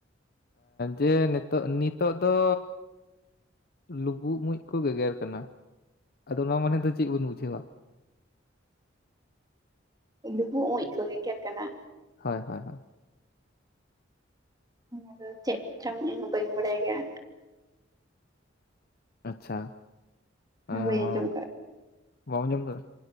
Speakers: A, on the left; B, on the right.
A: ᱡᱮ ᱱᱤᱛᱚᱜ ᱱᱤᱛᱚᱜ ᱫᱚᱼᱼ ᱞᱩᱵᱩᱜ ᱢᱩᱡ ᱠᱚ ᱜᱮᱜᱮᱨ ᱠᱟᱱᱟ ᱟᱫᱚ ᱚᱱᱟ ᱢᱟᱱᱮ ᱫᱚ ᱪᱮᱫ ᱵᱚᱱ ᱵᱩᱡᱷᱟᱹᱣᱟ?
B: ᱞᱩᱵᱩᱜ ᱚᱡ ᱠᱚ ᱜᱮᱜᱮᱨ ᱠᱟᱱᱟ?
A: ᱦᱳᱭ ᱦᱳ ᱦᱳᱭ᱾
B: ᱚᱱᱟᱫᱚ ᱪᱮᱫ ᱪᱚᱝ ᱤᱧ ᱦᱚᱸ ᱵᱟᱹᱧ ᱵᱟᱲᱟᱭ ᱜᱮᱭᱟ᱾
A: ᱟᱪᱪᱷᱟ᱾ ᱚᱸ
B: ᱦᱟᱹᱭᱧ ᱡᱚᱢ,
A: ᱵᱟᱢ ᱟᱸᱡᱚᱢ ᱠᱟᱫᱟ